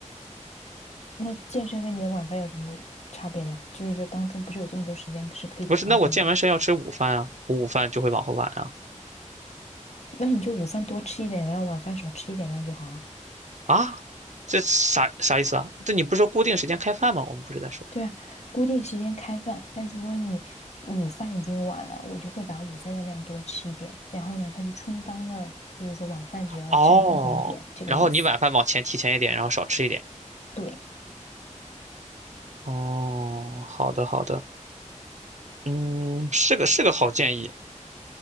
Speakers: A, on the left; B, on the right.
A: 那健身跟你的晚饭有什么差别呢？就是说当中不是有这么多时间是可以调整的吗？
B: 不是，那我健完身要吃午饭啊，我午饭就会往后晚啊。
A: 那你就午饭多吃一点，然后晚饭少吃一点，这样就好啊。
B: 啊，这啥啥意思啊？这你不是说固定时间开饭吗？我们不是在说
A: 对啊，固定时间开饭，但如果你午饭已经晚了，我就会把午饭的量多吃一点，然后呢，它就充当了，就是说晚饭只要占一点点这个意思。
B: 哦，然后你晚饭往前提前一点，然后少吃一点。
A: 对，
B: 哦，好的好的，嗯，是个是个好建议。